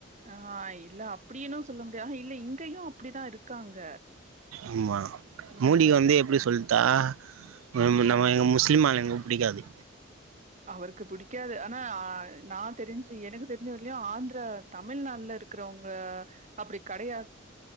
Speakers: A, on the right (about 35°); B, on the right (about 85°).
A: ஆ இல்ல அப்டீனு சொல்ல முடியா இல்ல இங்கயு அப்டிதா இருக்காங்க
B: உம் மா
A: ம்
B: மோடி வந்து எப்டி சொல் தா ம முன்னமாலுக
A: ஆ
B: முஸ்லீம் ஆலுங்க பிடிக்காது
A: அவருக்கு பிடிக்காது அனா ஆஹ் நான் தெரிஞ்சு எனக்கு தெரிஞ்ச வர்ல்யு ஆந்திரா தமிழ்நாள்ல இருக்குறவ்ங்க அப்புடி கெடையா